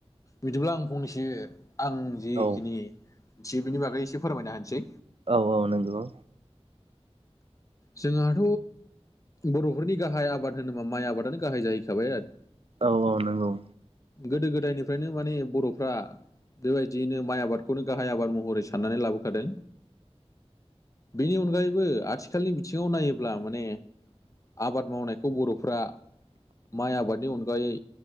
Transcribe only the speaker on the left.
बिदिब्ला आं फंनैसो आं जिखिनि।
थियो बिनि बागै एसे फोरमायना होनोसै।
जोंहाथ बरफोरनि गाहाय आबाद होनोबा माइ आबादानो गाहाय जाहैखाबाय आरो।
गोदो गोदायनिफ्रायनो माने बरफ्रा। बेबायदियैनो माइ आबादखौनो गाहाय आबाद महरै साननानै लाबोखादों। बेनि अनगायैबो आथिखा ङाव नायोब्ला माने आबाद मावनायखौ बरफ्रा माइ आबादनि अन यै